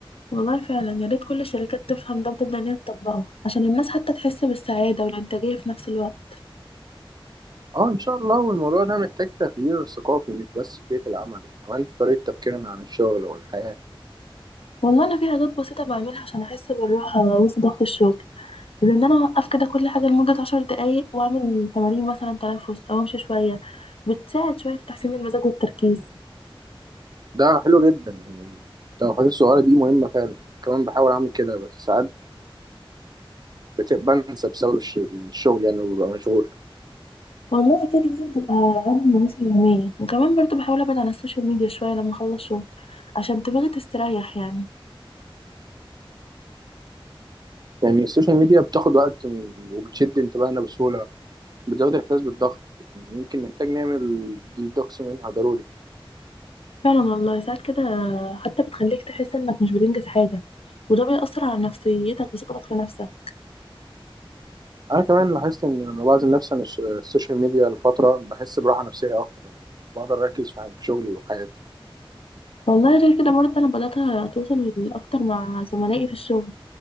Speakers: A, on the left; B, on the right.
A: والله فعلا يا ريت كل الشركات تفهم ده وتبدا ان هي تطبقه عشان الناس حتى تحس بالسعاده والانتاجيه في نفس الوقت
B: اه ان شاء الله والموضوع ده محتاج تغيير ثقافي مش بس في بيئة العمل كمان في طريقة تفكيرنا عن الشغل والحياة
A: والله انا في عادات بسيطه بعملها عشان احس بالراحه وسط ضغط الشغل زي ان انا اوقف كده كل حاجه لمده عشر دقايق واعمل تمارين مثلا تنفس او امشي شويه بتساعد شويه في تحسين المزاج والتركيز
B: ده حلو جدا يعني التوقيت الصغيرة دي مهمة فعلا كمان بحاول اعمل كده بس ساعات بت- بنسى بسبب الش- الشغل يعني وببقى مشغول
A: والله أكيد لازم تبقى عامل مناسبة يومية وكمان برضو بحاول أبعد عن السوشيال ميديا شوية لما أخلص شغل عشان دماغي تستريح يعني
B: يعني السوشيال ميديا بتاخد وقت وبتشد انتباهنا بسهولة بتزود الاحساس بالضغط يعني يمكن نحتاج نعمل ديدوكس منها ضروري
A: فعلا والله ساعات كده حتى بتخليك تحس إنك مش بتنجز حاجة وده بيأثر على نفسيتك وثقتك في نفسك
B: انا كمان لاحظت ان لما بعزل نفسي عن الش- السوشيال ميديا لفترة بحس براحة نفسية اكتر بقدر اركز في في شغلي وحياتي
A: والله غير كده برضه أنا بدأت أتواصل أكتر مع زملائي في الشغل